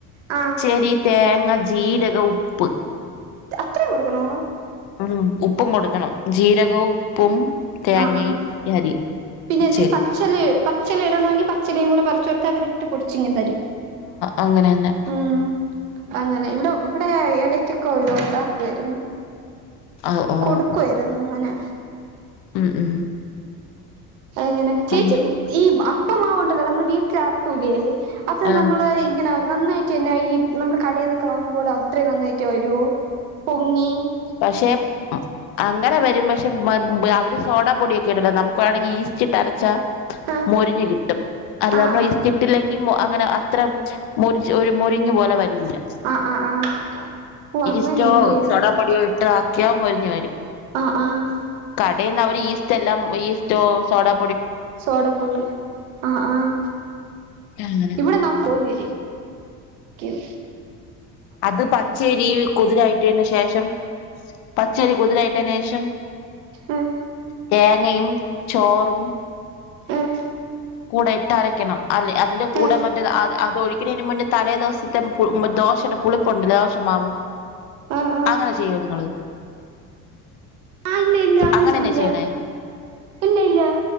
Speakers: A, on the right (about 65°); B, on the left (about 55°).
A: ആ
B: പച്ചരി തേങ്ങ ജീരകം ഉപ്പ്
A: അത്രയും കൊടുക്കണോ
B: ആഹ് ഉപ്പും കൊടുക്കണം ജീരകവും ഉപ്പും തേങ്ങയും
A: ആഹ് ആഹ്
B: ഈ അരിയും
A: പിന്നെ
B: പച്ചരി
A: എന്തെങ്കും പച്ചലയോ പച്ചല ഇടണമെങ്കി പച്ചിലയും കൂടെ പറച്ച് കൊടുത്താ അവരിട്ട് പൊടിച്ചിങ്ങ് തരും
B: അങ്ങനെന്നെ
A: ഉം അങ്ങനെ ഇവിടെ ഇവിടെ ഇടക്കക്കോയിലും ഉണ്ടാക്കുവായിരുന്നു
B: ആഹ് ഓഹ്
A: കൊടുക്കുവായിരുന്നു ഇങ്ങനെ
B: ഉം ഉം
A: ങ്ങനെ ചേച്ചി
B: അങ്ങനെ
A: ഈ അപ്പമാവ്ണ്ടല്ലോ നമ്മള് വീട്ടിലാട്ടൂലേ അത്
B: ആഹ്
A: നമ്മള് ഇങ്ങനെ നന്നായിട്ടെന്നായി നമ്മള് കടേന്നൊക്കെ വാങ്ങുമ്പോലെ അത്രയും നന്നായിട്ട് വരോ പൊങ്ങി
B: പക്ഷെ അങ്ങനെ വരും പക്ഷെ ബ് അവര് സോഡാ പൊടിയൊക്കെ ഇടല്ലോ നമുക്ക് വേണെങ്കി ഈസ്റ്റിട്ടരച്ചാ
A: ആഹ്
B: മൊരിഞ്ഞ് കിട്ടും അല്ല
A: ആഹ് ആഹ്
B: നമ്മള് ഇസ്റ്റിട്ടില്ലെങ്കിൽ മൊ അ അങ്ങനെ അത്ര മൊരി ഒരു മൊരിഞ്ഞു പോലെ വ രൂല
A: ആഹ് ആഹ് ആഹ് ആഹ് ഓ അങ്ങനെയല്ലേ
B: ഈസ്റ്റോ സോഡാ ഇട്ട് ആക്കിയാ മൊരിഞ്ഞു വരും
A: ആ ആഹ്
B: കടേന്ന് അവര് ഈസ്റ്റെല്ലാം ഈസ്റ്റോ സോഡാ
A: സോഡാപൊടി ആഹ് ആഹ്
B: അങ്ങനെ
A: ഇവിടെ നമ്മ പോലെരിക്കും
B: അത് പച്ചരി കുതിരായിട്ടേന് ശേഷം പച്ചരി കുതിരായിട്ടേന് ശേഷം
A: ഉം
B: തേങ്ങയും ചോറും
A: ഉം
B: കൂടെ ഇട്ടരയ്ക്കണം അല്ലെ അതിന്റെ കൂടെ
A: ആഹ്
B: മറ്റേ അത് ഒഴിക്കണേൻ്റെ മുന്നേ തലേ ദിവസത്തെ പു ദോ ദോശന്റെ പുളിപ്പുണ്ട് ദോശമാവ്
A: ആഹ് ആഹ്
B: അങ്ങനെ ചെയ്യോ നിങ്ങള്
A: ആഹ് ഇല്ല ഇല്ല അങ്ങനെ
B: അങ്ങനെന്നെ
A: ചെയ്യൂല
B: ചെയ്യണേ
A: ഇല്ല ഇല്ല